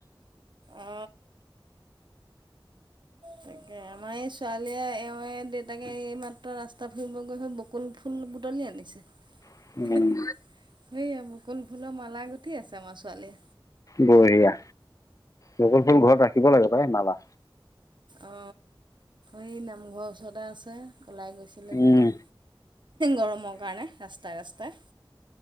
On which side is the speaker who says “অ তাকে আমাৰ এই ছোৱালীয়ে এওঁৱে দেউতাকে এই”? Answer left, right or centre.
Right